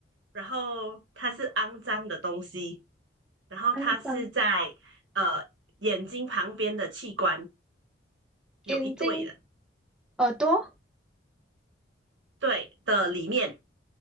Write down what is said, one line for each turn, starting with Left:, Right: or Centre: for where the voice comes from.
Right: 然后它是肮脏的东西。然后它是在呃眼睛旁边的器官
Centre: 肮脏
Right: 有一对的，
Centre: 眼睛、耳朵、
Right: 对的里面